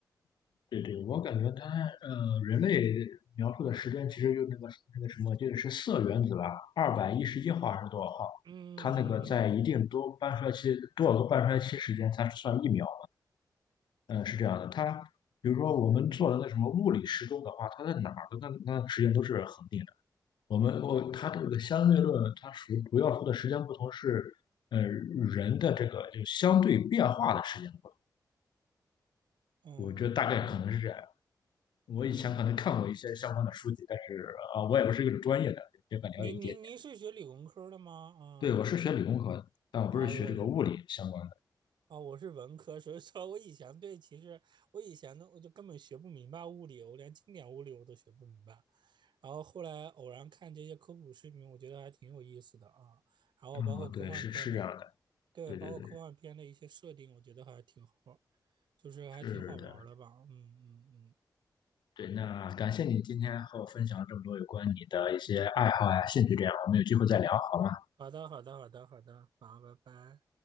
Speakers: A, on the left; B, on the right.
A: 对对，我感觉他呃，人类描述的时间其实就那个那个什么，就是铯原子吧，二百一十一号还是多少号？
B: 嗯嗯
A: 它那个在一定多半衰期多少个半衰期时间才算一秒？嗯，是这样的。它比如说我们做的那什么物理时钟的话，它在哪儿的那那个时间都是恒定的。我们我它这个相对论，它属于主要说的时间不同是，呃，人的这个就相对变化的时间不同。
B: 嗯嗯
A: 我觉得大概可能是这样。我以前可能看过一些相关的书籍，
B: 嗯嗯，
A: 但是啊、呃我也不是一个专业的，也敢了解一点点。
B: 您你您是学理工科的吗？
A: 对，我是学理工科的，但我不是学这个物理相关的。
B: 啊、哦，我是啊、哦我是文科，所以说我以前对其实我以前呢，我就根本学不明白物理，我连经典物理我都学不明白。然后后来偶然看这些科普视频，我觉得还挺有意思的啊。然后包括科幻片的，
A: 哦，对，是是这样的。
B: 对，
A: 对对对，
B: 包括科幻片的一些设定，我觉得还挺好，就是还挺好玩的吧。
A: 是的，
B: 嗯嗯嗯，
A: 对。那感谢你今天和我分享了这么多有关你的一些爱好呀、兴趣，这样我们有机会再聊好吗？
B: 好的好的好的好的，好，拜拜。